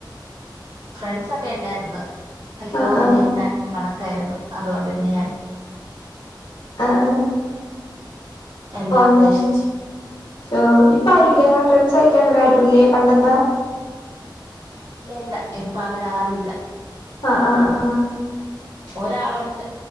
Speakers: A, on the right; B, on the left.
A: ഫ്രണ്ട്സൊക്കെ ഉണ്ടായിരുന്നു അയ്യോ
B: ആ ആ
A: എല്ലാരും കണക്കായിരുന്നു അതുകൊണ്ട് പിന്നെ ഞാൻ
B: ആഹ് ആഹ്
A: എല്ലാം
B: <unintelligible>
A: ഉപേക്ഷിച്ച്
B: ഓ ഇപ്പ ആരുല്ലേ അങ്ങനെ ഫ്രണ്ട്സ് ആയിട്ട് അങ്ങനെ ആരുല്ലേ പണ്ടത്ത
A: ഇല്ല ഇല്ല ഇപ്പ അങ്ങനെ ആരു ഇല്ല
B: ആഹ് ആഹ് ആഹ് ആഹ്
A: ഒരാളുണ്ട്